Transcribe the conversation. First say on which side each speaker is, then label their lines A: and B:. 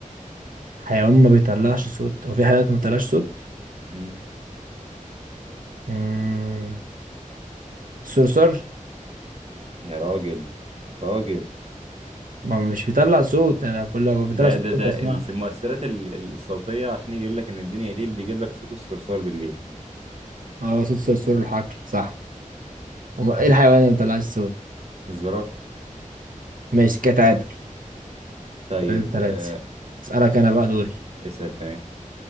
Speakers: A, on the right (about 80°); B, on the right (about 50°).
A: حيوان ما بيطلعش صوت هو في حيوانات ما بتطلعش صوت
B: امم
A: مم. الصرصار
B: يا راجل يا راجل
A: ما هو مش بيطلع صوت أنا كل لو بيطلع
B: ده
A: صوت
B: ده
A: كنت
B: ده
A: أسمعه
B: ال- في المؤثرات ال- ال- الصوتية عشان يجي يقول لك ان الدنيا ليل بيجيب لك صوت الصرصار بالليل
A: اه صوت صرصور الحقل صح وم- ايه الحيوان اللي ما بيطلعش صوت
B: الزرافة
A: ماشي كتعادل
B: طيب
A: تلاتة تلاتة
B: آه
A: اسألك انا بقى دوري
B: اسأل تمام